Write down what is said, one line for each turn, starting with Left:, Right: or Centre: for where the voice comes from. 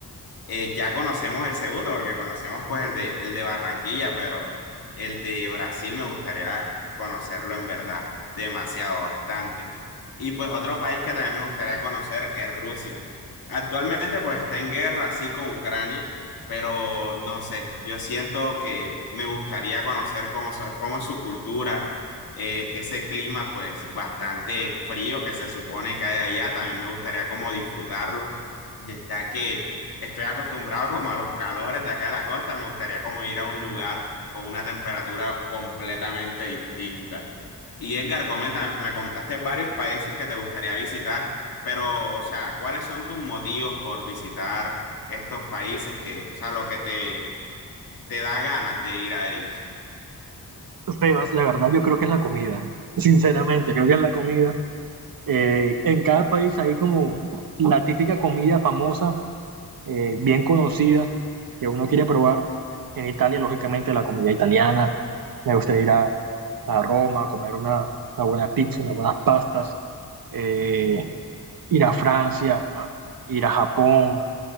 Left: Eh, ya conocemos el segundo, porque conocemos pues el de, el de Barranquilla, pero el de Brasil me gustaría conocerlo en verdad, demasiado, bastante. Y pues otro país que también me gustaría conocer es Rusia. Actualmente pues está en guerra así con Ucrania, pero no sé, yo siento que me gustaría conocer cómo, so- cómo es su cultura, eh, ese clima pues bastante frío que se supone que hay allá, también me gustaría como disfrutarlo, ya que Estoy acostumbrado como a los calores de acá de la costa. Me gustaría como ir a un lugar con una temperatura completamente distinta. Y Edgar, comenta, me comentaste varios países que te gustaría visitar, pero, o sea, ¿cuáles son tus motivos por visitar estos países que, o sea, lo que te, te da ganas de ir a ellos?
Right: Sebas, la verdad yo creo que es la comida. Sinceramente, creo que es la comida. Eh, en cada país hay como la típica comida famosa eh, bien conocida que uno quiere probar. En Italia, lógicamente, la comida italiana. Me gustaría ir a, a Roma a comer una, una buena pizza, unas buenas pastas, eh, ir a Francia, ir a Japón.